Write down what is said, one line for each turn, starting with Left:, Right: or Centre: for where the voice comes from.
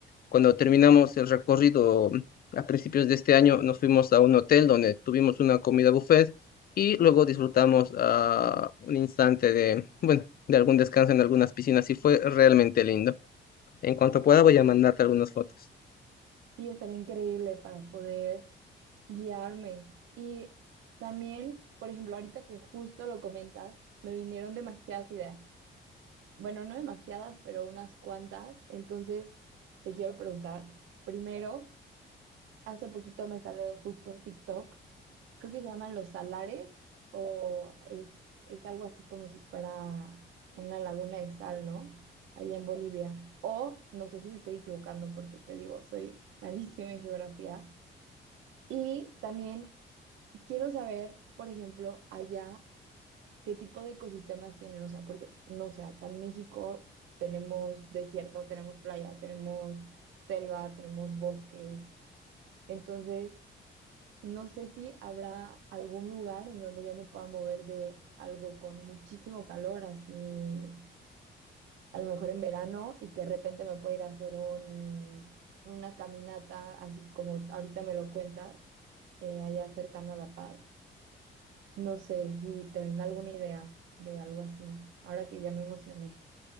Left: Cuando terminamos el recorrido a principios de este año, nos fuimos a un hotel donde tuvimos una comida buffet y luego disfrutamos ah, un instante de, bueno, de algún descanso en algunas piscinas y fue realmente lindo. En cuanto pueda voy a mandarte algunas fotos.
Right: Sí, estaría increíble para poder guiarme. Y también, por ejemplo, ahorita que justo lo comentas, me vinieron demasiadas ideas. Bueno, no demasiadas, pero unas cuantas. Entonces, te quiero preguntar, primero, hace poquito me salió justo un TikTok, creo que se llaman los salares es, es algo así como si fuera una laguna de sal, ¿no? Allá en Bolivia. O no sé si me estoy equivocando porque te digo, soy <laughs> malísima en geografía. Y también quiero saber, por ejemplo, allá qué tipo de ecosistemas tienen, o sea, porque no sé, acá en México tenemos desierto, tenemos playa, tenemos selva, tenemos bosques. Entonces, no sé si habrá algún lugar en donde yo me pueda mover de algo con muchísimo calor, así a lo mejor en verano, y que de repente me pueda ir a hacer un, una caminata, así como ahorita me lo cuentas, eh, allá cercano a La Paz. No sé si te venga alguna idea de algo así, ahora que ya me emocioné.